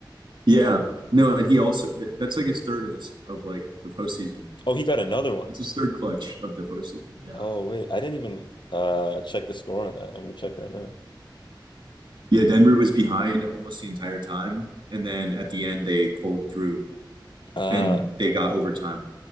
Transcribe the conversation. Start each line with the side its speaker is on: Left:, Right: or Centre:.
Right: Yeah, no, and he also that, that's like his third of this of like the postseason.
Left: Oh, he got another one.
Right: It's his third clutch of the postseason. Yeah.
Left: Oh, wait. I didn't even uh check the score on that. I'm gonna check right now.
Right: Yeah, Denver was behind almost the entire time, and then at the end they pulled through
Left: Uh,
Right: and they got overtime.